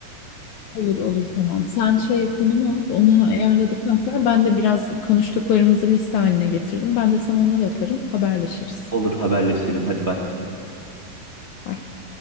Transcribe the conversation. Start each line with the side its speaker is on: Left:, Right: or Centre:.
Left: Olur olur tamam. Sen şey konumu at. Onu ayarladıktan sonra ben de biraz konuştuklarımızı liste haline getirdim. Ben de sana onları atarım. Haberleşiriz.
Right: Olur haberleşelim. Hadi bay.
Left: Bye.